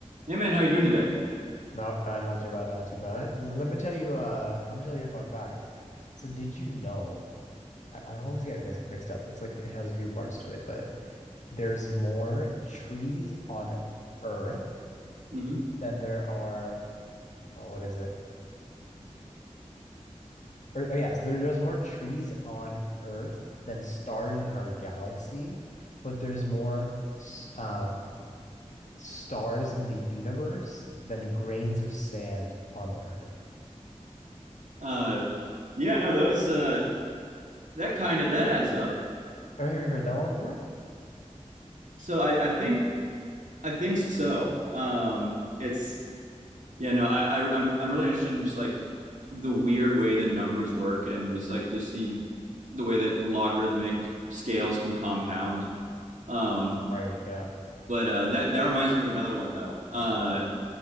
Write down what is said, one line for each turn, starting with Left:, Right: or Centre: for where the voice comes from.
Right: Hey man, how you doing today?
Left: Not bad, not too bad, not too bad. L- Let me tell you, uh, let me tell you a fun fact. So did you know, I, I always get it mix, mixed up. It's like it has a few parts to it, but there's more trees on Earth
Right: hmm
Left: than there are, oh, what is it? Or, oh yes, there, there's more trees on Earth than stars in our galaxy, but there's more s- um, stars in the universe than grains of sand on the Earth.
Right: Uh, yeah, no, those uh, that kind of that adds up.
Left: Oh, have you heard that one before?
Right: So I, I think I think so. Um, it's yeah, no, I, I I'm I'm really interested in just like the weird way that numbers work and just like this the the way that logarithmic scales can compound. Um,
Left: Right, yeah.
Right: but uh, that that reminds me of another one though. Uh,